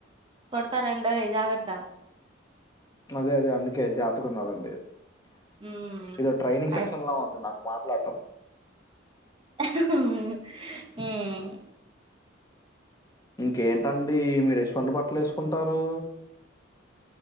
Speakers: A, on the right; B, on the left.
A: కొడతనండోయి జాగ్రత్త
B: అదే అదే అందుకే జాబ్ ఎత్తుకున్నరండి
A: ఉమ్
B: ఇదో ట్రైనింగ్
A: అయి
B: సెక్షన్ లా ఉంది నాకు మాట్లాడటం.
A: ఆహ్ హుమ్
B: ఇంకేంటండి మీరేసువంటి బట్టలు వేసుకుంటారు?